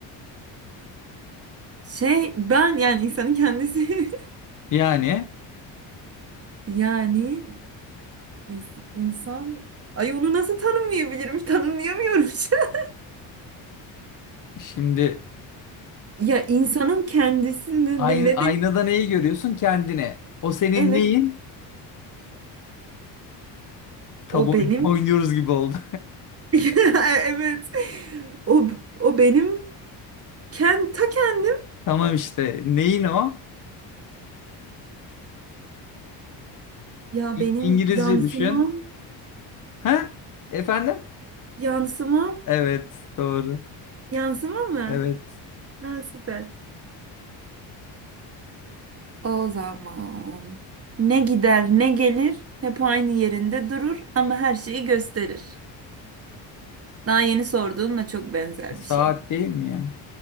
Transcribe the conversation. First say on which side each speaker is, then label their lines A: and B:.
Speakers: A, on the right; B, on the left.
A: Şey ben yani insanın kendisi. <laughs>
B: Yani
A: Yani ins- insan ay onu nasıl tanımlayabilirim? Tanımlayamıyorum. <laughs>
B: şimdi
A: Ya insanın kendisini
B: Ayn-
A: ne, ne
B: aynada
A: denir?
B: neyi görüyorsun? Kendine. O senin
A: Evet
B: neyin? Tab
A: o
B: oyunu
A: benim.
B: <laughs> oynuyoruz gibi oldu.
A: <laughs> Evet. O o benim ken, ta kendim.
B: <laughs> Tamam işte. Neyin o?
A: Ya
B: İ-
A: benim
B: İngilizce
A: yansımam,
B: düşün. Ha? Efendim?
A: yansımam,
B: Evet, doğru.
A: yansımam mı?
B: Evet.
A: Ha, süper. O zaman ne gider ne gelir hep aynı yerinde durur ama her şeyi gösterir. Daha yeni sorduğunla çok benzer
B: Saat
A: bir şey.
B: değil mi ya?